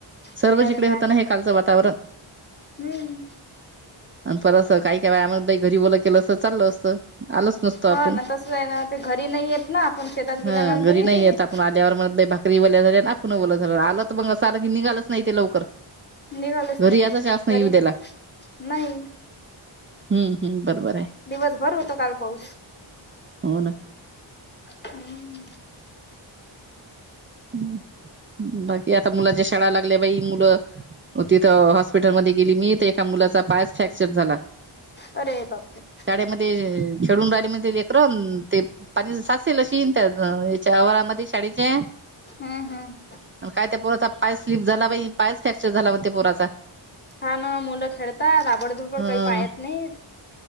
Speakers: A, on the right; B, on the left.
A: सर्वच
B: कोणाल
A: इकडे
B: काय.
A: होता ना हे कालचं वातावरण.
B: हम्म.
A: आणि पर असं काही काय वम घरी बोललं केलं असं चाललं असतं. आलोच नसतो आपण
B: हा ना तस आहे ना ते घरी नाही येत ना आपण शेतात
A: हा
B: गेल्यानंतरही
A: घरी नाही
B: तेथे.
A: येत आपण भाकरी ओल्या झाली ना आपु झालं आलं तर मग असं आलं की निघालच नाही ते लवकर.
B: निघालच
A: घरी
B: नाही
A: याचा चान्स नाही
B: घरी
A: येऊ द्याला
B: नाही.
A: हम्म हम्म बरोबर आहे.
B: दिवसभर होत काल पाऊस.
A: हो ना.
B: हम्म.
A: ह बाकी आता मुलाच्या शाळाला लागले बाई मुलं. तिथं हॉस्पिटल मध्ये गेली मी तर एका मुलाचा पायच फ्रॅक्चर झाला.
B: अरे बापरे.
A: शाळेमध्ये छडून राहिले म लेकरन ते. पाण सासेल शन त्या याच्यावरामध्ये शाळेचे.
B: हम्म हम्म.
A: काय त्या पुोराचा पायस स्लीप झाला पाहि पायस फ्रॅक्चर झाला म्हण त्या पोराचा.
B: हा ना मुलं खेळतात आबडधोबड
A: हं
B: काही पायत नाहीत.